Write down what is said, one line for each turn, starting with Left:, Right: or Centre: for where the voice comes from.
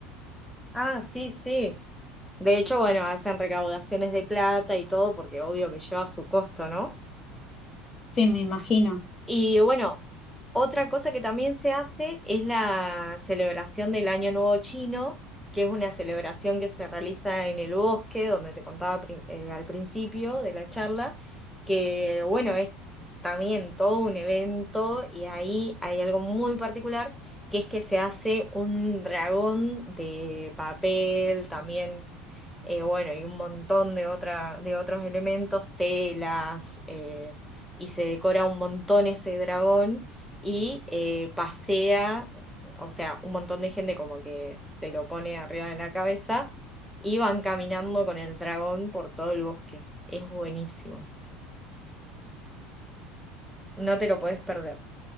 Centre: Ah, sí, sí. De hecho, bueno, hacen recaudaciones de plata y todo, porque obvio que lleva su costo, ¿no?
Left: Sí, me imagino.
Centre: Y bueno, otra cosa que también se hace es la celebración del Año Nuevo Chino, que es una celebración que se realiza en el bosque, donde te contaba pri- eh, al principio de la charla, que bueno, es también todo un evento y ahí hay algo muy particular, que es que se hace un dragón de papel también. eh, bueno, y un montón de otra, de otros elementos, telas, eh, y se decora un montón ese dragón y eh, pasea, o sea, un montón de gente como que se lo pone arriba de la cabeza y van caminando con el dragón por todo el bosque. Es buenísimo, no te lo podés perder.